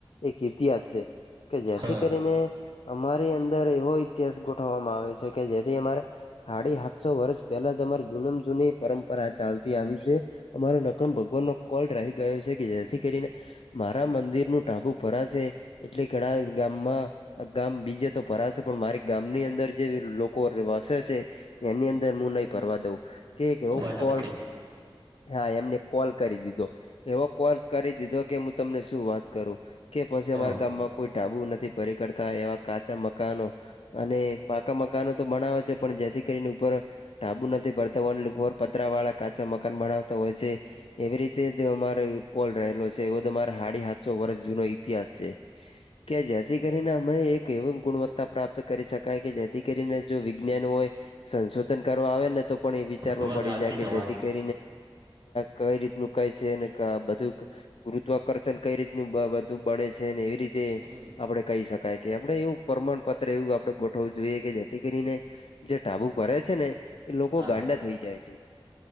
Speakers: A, on the left; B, on the right.
A: એક ઇતિહાસ છે કે જેથી
B: હા
A: કરીને અમારી અંદર એવો ઇતિહાસ ગોઠવવામાં આવ્યો છે કે જેથી અમારે સાડી સાતસો વર્ષ પહેલા જ અમારી જુનમ જૂની પરંપરા ચાલતી આવી જે અમારો નકમ ભગવાન નો કોલ રાહી ગયો છે કે જેથી કરીને મારા મંદિરનું ટાભુ ભરાશે એટલે ઘણા ગામમાં આ ગામ બીજે તો ભરાશે છે પણ મારી ગામની અંદર જે લોકો વસે છે એની અંદર હું નહી ફરવા દઉં કે કેવ
B: બસ
A: <unintelligible> કોલ
B: સાચી
A: હા એમને કોલ કરી દીધો એવો કોલ કરી દીધો કે હું તમને શું વાત કરું કે પછી
B: હા
A: અમારા ગામમાં કોઈ ઢાબુ નથી ભરી કરતા એવા કાચા મકાનો અને પાકા મકાનો તો બનાવે છે પણ જેથી કરીને ઉપર ઢાબુ નથી ભરતા ઉપર પતરા વાળા કાચા મકાન ભનાવતા હોય છે. એવી રીતે જ અમારે કોલ રહેલો છે એવો તો મારે સાડી સાતસો વર્ષ જૂનો ઇતિહાસ છે. કે જેથી કરીને અમે એક એવી ગુણવત્તા પ્રાપ્ત કરી શકાય કે જેથી કરીને જો વિજ્ઞાન હોય સંશોધન કરવા આવે ને તો પણ એ વિચારમાં
B: બસ
A: પડી
B: સાચી
A: જાય કે
B: તમારી
A: જેથી <inaudible> કે કઈ રીત મુકાય છે ને બધું ગુરુત્વાકર્ષણ કઈ રીતનું <unintelligible> બધું બને છે ને એવી રીતે
B: હમ
A: આપડે કહી શકીએ કાંઈ કે આપણે એવું પ્રમાણપત્ર એવું આપણે ગોઠવવું જોઈએ કે જેથી કરીને જે ઢાભુ ફરે છે ને એ લોકો
B: હા
A: ગાંડા થઈ જાય છે.